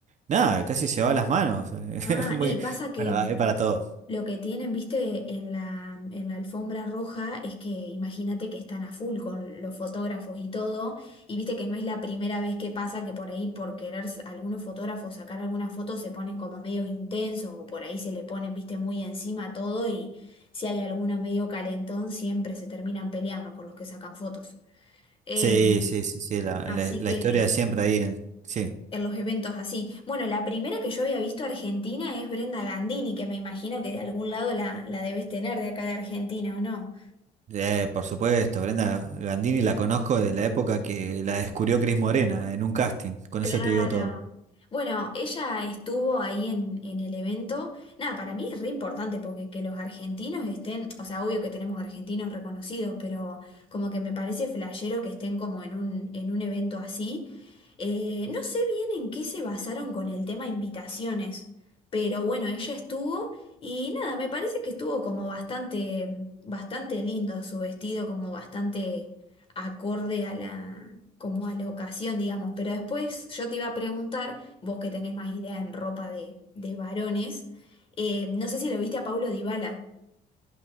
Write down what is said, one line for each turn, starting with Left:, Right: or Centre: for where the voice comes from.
Right: nada, casi se va las manos. <laughs>
Left: Ah,
Right: Muy,
Left: y pasa que
Right: bueno, hay para todo.
Left: lo que tienen, viste, en la, en la alfombra roja es que imagínate que están a full con los fotógrafos y todo, y viste que no es la primera vez que pasa que por ahí por querer s- algunos fotógrafos sacar algunas fotos se ponen como medios intensos o por ahí se le ponen, viste, muy encima todo y si hay alguno medio calentón siempre se terminan peleando con los que sacan fotos. Eh,
Right: Sí, sí, sí, sí, la,
Left: así
Right: la- la
Left: que...
Right: historia de siempre ahí en. Sí,
Left: en los eventos así. Bueno, la primera que yo había visto argentina es Brenda Gandini, que me imagino que de algún lado la, la debes tener de acá de Argentina, ¿o no?
Right: Eh, por supuesto, Brenda Gandini la conozco de la época que la descubrió Cris Morena en un casting, con
Left: Claro.
Right: eso te digo todo.
Left: Bueno, ella estuvo ahí en, en el evento. Nada, para mí es re importante porque que los argentinos estén, o sea, obvio que tenemos argentinos reconocidos, pero como que me parece flashero que estén como en un, en un evento así. Eh, no sé bien en qué se basaron con el tema invitaciones, pero bueno, ella estuvo y nada, me parece que estuvo como bastante, bastante lindo su vestido, como bastante acorde a la, como a la ocasión, digamos. Pero después yo te iba a preguntar, vos que tenés más idea en ropa de, de varones, eh, no sé si lo viste a Paulo Dybala.